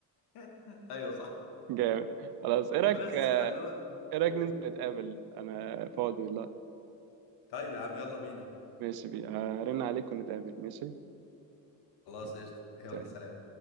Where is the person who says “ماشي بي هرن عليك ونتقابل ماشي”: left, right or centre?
Right